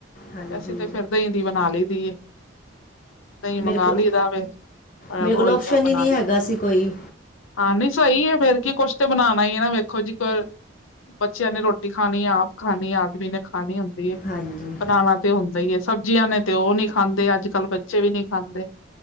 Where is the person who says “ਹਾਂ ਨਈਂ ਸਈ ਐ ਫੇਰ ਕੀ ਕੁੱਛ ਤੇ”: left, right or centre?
Left